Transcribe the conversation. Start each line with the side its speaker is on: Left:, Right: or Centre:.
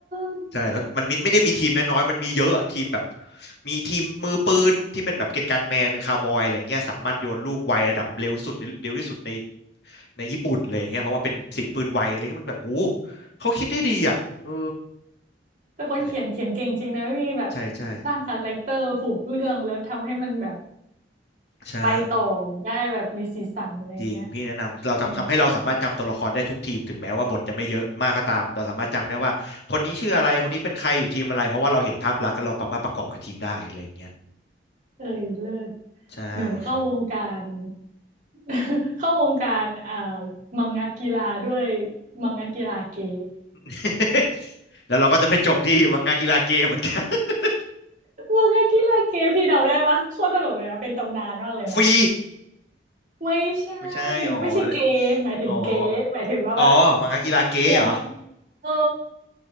Right: น
Left: ใช่แล้วมันมิไม่ได้มีทีมน้อยๆมันมีเยอะอะทีมแบบมีทีมมือปืนที่เป็นแบบเกณฑ์การแมนเป็นคาวบอยอะไรเงี้ยสามารถโยนลูกไวระดับเร็วที่สุดในเร็วที่สุดในในญี่ปุ่นเลยเงี้ยเพราะว่าเป็นสิ่งปืนไวอะไรเงี้ยมันแบบหูเขาคิดได้ดีอ่ะเออ
Right: แต่คนเขียนเขียนเก่งจริงนะพี่แบบ
Left: นั่นแหละใช่ใช่
Right: สร้างคาแรคเตอร์ผูกเรื่องแล้วทำให้มันแบบ
Left: ใช่
Right: ไปต่อได้แบบมีสีสันอะไรเงี้ย
Left: จริงพี่แนะนำเราทำทำให้เราสามารถจำตัวละครได้ทุกทีมถึงแม้ว่าบทจะไม่เยอะมากก็ตามเราสามารถจำได้ว่าคนนี้ชื่ออะไรคนนี้เป็นใครอยู่ทีมอะไรเพราะว่าเราเห็นภาพลักษณ์แล้วเราสามารถประกอบกับทีมได้อะไรอย่างเงี้ย
Right: เออ เอ้ยเลิศ
Left: ใช่ครับผม
Right: หนูเข้าวงการ <laughs> เข้าวงการเอ่อมังงะกีฬาด้วยมังงะกีฬาเก๋
Left: <laughs> แล้วเราก็จะไปจบที่มังงะกีฬาเกมเหมือนกัน <laughs>
Right: <laughs> มังงะกีฬาเก๋พี่เดาได้ปะโคตรตลกเลยนะเป็นตำนานมากเลยนะ
Left: ฟรี
Right: ไม่ใช่
Left: ไม่ใช่อ๋ออะไร
Right: ไม่ใช่เกย์หมายถึงเก๋หมายถึงว่าแบบ
Left: อ๋ออ๋อมังงะกีฬาเกมเหรอ
Right: เหมือนเออ